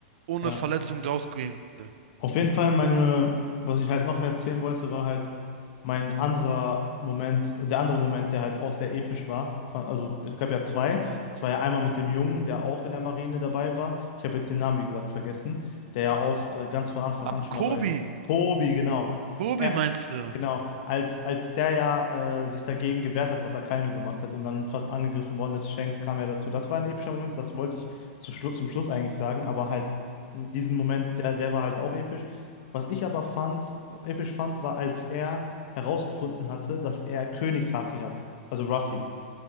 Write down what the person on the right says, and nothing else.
ohne
Verletzung rausgehen könnte.
Ach,
Kobi,
Kobi
meinst du?